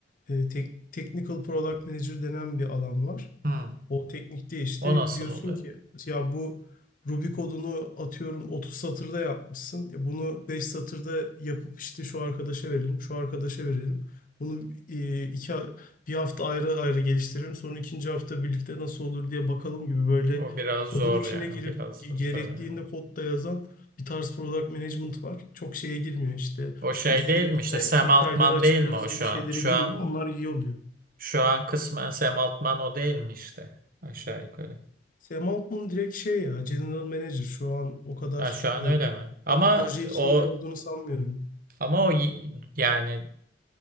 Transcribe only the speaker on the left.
e, tek- technical product manager denen bir alan var.
O teknikte işte
diyorsun
ki ya bu Ruby kodunu atıyorum 30 satırda yapmışsın. Ya bunu 5 satırda yapıp işte şu arkadaşa verelim, şu arkadaşa verelim. Bunu e, iki ha- bir hafta ayrı ayrı geliştirelim. Sonra ikinci hafta birlikte nasıl olur diye bakalım gibi böyle
kodun içine
girip
ge-
gerektiğinde
kodda yazan bir tarz product management var. Çok şeye girmiyor işte
üst
yönetime
KPI'leri
açıklıyoruz
gibi
şeylere
girmiyor.
Onlar iyi oluyor.
Sam Altman direkt şey ya General Manager şu an o kadar
e,
proje içinde
olduğunu sanmıyorum.